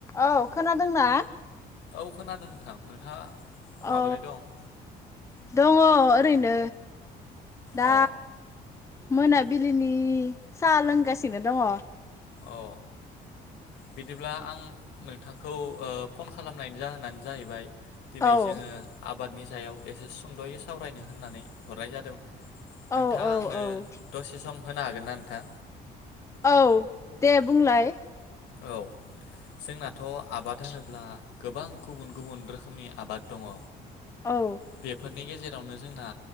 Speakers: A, on the left; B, on the left.
A: औ, खोनादोंना?
B: औ खोनादों नोंथां नोंथाङा माबोरै
A: अ
B: दं?
A: दङ ओरैनो दा
B: अ
A: मोनाबिलिनि साहा लोंगासिनो दङ।
B: औ। बिदिब्ला आं नोंथांखौ ओ फन खालामनायनि जाहोनानो जाहैबाय दिनै
A: औ
B: जोङो आब बादनि सायाव एसे सुंद'यै सावरायनो होननानै हरनाय जादों नोंथाङा
A: औ औ
B: आंनो दसे सम होनो हागोन ना थां।
A: औ दे बुंलाय।
B: औ जोंना थ' आबाद होनोब्ला गोबां गुबुन गुबुन रोखोमनि आबाद दङ
A: औ
B: बेफोरनि गेजेराव जोंना